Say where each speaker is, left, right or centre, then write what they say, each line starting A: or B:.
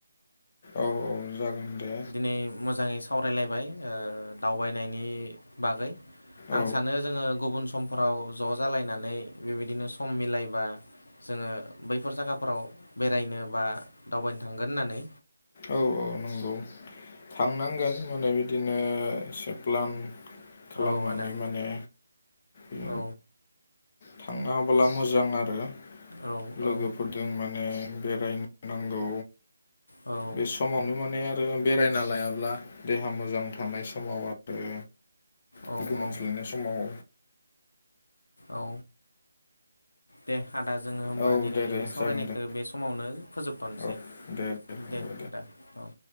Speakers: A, on the left (about 35°); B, on the left (about 75°).
A: औ औ जागोन दे
B: बे मोजाङै सा सावरायलायबाय ओ दावबायनायनि बागै आं
A: औ
B: सानो जोङो गुबुन समफ्राव ज' जालायनानै बेबायदिनो सम मिलायबा जोङो बैफोर जायगाफोराव बेरायनो बा दावबायनो थांगोन होननानै
A: औ औ नंगौ थांनांगोन माने बिदिनो एसे प्लान खालामनानै
B: औ आदा
A: माने ओ
B: औ
A: थांनो हाबोला मोजां आरो
B: औ
A: लोगोफोर
B: औ
A: जों माने बेरायनांगौ
B: औ
A: बे स समावनो माने आरो बेरायना लायाब्ला देहा मोजां थानाय समाव आरो
B: औ
A: मोनमोन
B: औ
A: सोलायनाय समाव
B: औ दे आदा जोङो होनबा
A: औ
B: दिनैनि
A: दे दे
B: बे सावरायनायखौ
A: जागोन दे
B: बे समावनो फोजोबथानोसै
A: औ दे
B: दे
A: औ
B: आदा औ